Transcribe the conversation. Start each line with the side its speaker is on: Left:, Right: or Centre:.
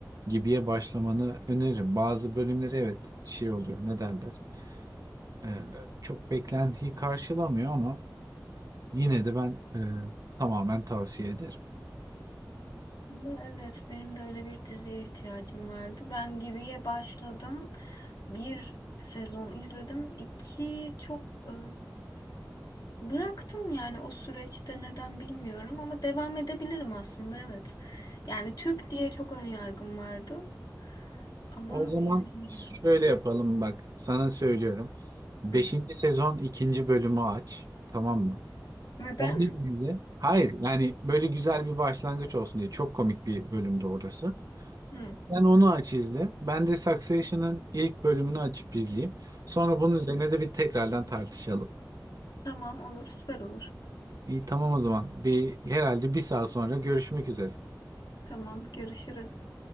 Right: Gibi'ye başlamanı öneririm. Bazı bölümleri evet şey oluyor ne derler. E, çok beklentiyi karşılamıyor ama yine de ben e, tamamen tavsiye ederim.
Left: Aslında evet benim de öyle bir diziye ihtiyacım vardı. Ben Gibi'ye başladım. Bir sezon izledim. İki çok e, bıraktım yani o süreçte neden bilmiyorum ama devam edebilirim aslında evet. Yani Türk diye çok ön yargım vardı ama
Right: O zaman
Left: izleyebilirim.
Right: şöyle yapalım bak sana söylüyorum. Beşinci
Left: Hı.
Right: sezon ikinci bölümü aç tamam mı?
Left: Neden?
Right: Onu izle. Hayır yani böyle güzel bir başlangıç olsun diye çok komik bir bölümde orası.
Left: <laughs> Hı.
Right: Sen onu aç izle. Ben de Succession'ın ilk bölümünü açıp izleyeyim. Sonra bunun üzerine de bir tekrardan tartışalım.
Left: Tamam olur süper olur.
Right: İyi tamam o zaman. Bir herhalde bir saat sonra görüşmek üzere.
Left: Tamam görüşürüz.